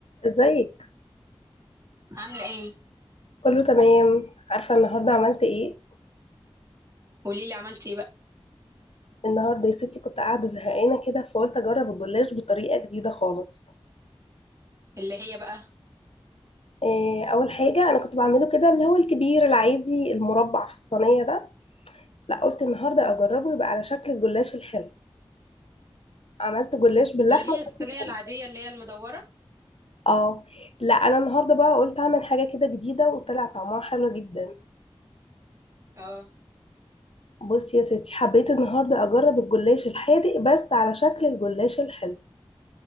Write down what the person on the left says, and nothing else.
ازيك
كله تمام عارفه النهارده عملت ايه
النهارده يا ستي كنت قاعده زهقانه كده فقلت اجرب الجلاش بطريقه جديده خالص
إيه اول حاجه انا كنت بعمله كده اللي هو الكبير العادي المربع في الصينيه ده لا قلت النهارده اجربه يبقى على شكل الجلاش الحلو عملت جلاش باللحمه
بس صغير
اه لا انا النهارده بقى قلت اعمل حاجه كده جديده وطلع طعمها حلو جدا
بصي يا ستي حبيت النهارده اجرب الجلاش الحادق بس على شكل الجلاش الحلو